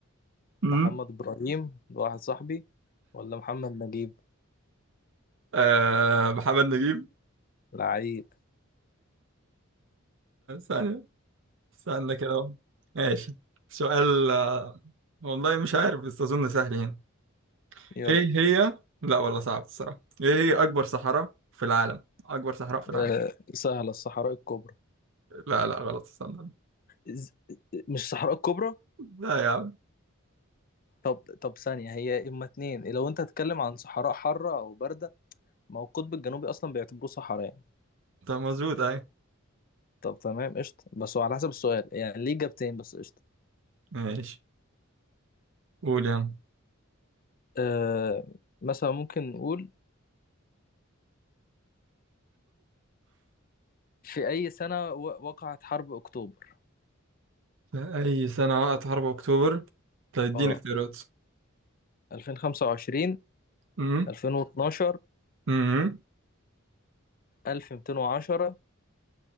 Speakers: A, on the right (about 65°); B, on the left (about 45°).
A: أمم.
B: محمد إبراهيم ده واحد صاحبي ولا محمد نجيب
A: آه محمد نجيب
B: لعيب
A: ثانية استنى كده اهو ماشي سؤال آه، والله مش عارف بس اظن سهل يعني
B: يلا
A: ايه هي لا والله صعب الصراحة ايه هي اكبر صحراء في العالم اكبر صحراء في العالم
B: أه سهلة الصحراء الكبرى
A: لا لا غلط استنى
B: إز- مش الصحراء الكبرى
A: لا يا عم
B: طب طب ثانية هي إما اتنين لو أنت هتتكلم عن صحراء حارة أو باردة ما هو القطب الجنوبي أصلا بيعتبروه صحراء يعني.
A: طب مظبوط اهي
B: طب تمام قشطة بس هو على حسب السؤال يعني ليه إجابتين بس قشطة
A: ماشي قول يا عم
B: آه مثلا ممكن نقول في أي سنة و- وقعت حرب أكتوبر
A: في اي سنة وقعت حرب اكتوبر طب اديني
B: اه
A: اختيارات
B: 2025
A: امم
B: 2012
A: امم
B: 1210